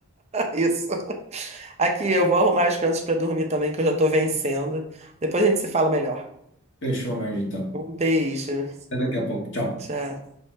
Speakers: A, on the right; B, on the left.
A: Isso. Aqui, eu vou arrumar as crianças pra dormir também, que eu já tô vencendo. Depois a gente se fala melhor.
B: Fechou, mas então.
A: Um beijo.
B: Até daqui a pouco. Tchau.
A: Tchau.